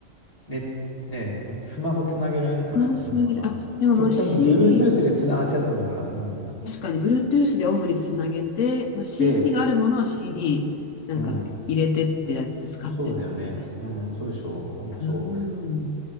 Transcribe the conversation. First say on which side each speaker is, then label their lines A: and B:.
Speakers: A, on the left (about 30°); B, on the left (about 75°).
A: ね、ね、スマホつなげられるからね、
B: スマホつなげる。
A: そのまま。
B: あ、でもまあ
A: 極端に言うと
B: CD
A: Bluetooth でつながっちゃうやつもあるから。
B: か。
A: うん。
B: 確かに Bluetooth で主につなげて、まあ、CD
A: で、
B: があるものは CD なんか入れてってやって使ってますね、
A: うん。そうだよね。
B: 確か
A: うん、そうでしょう。うん、
B: に。
A: そ
B: うん。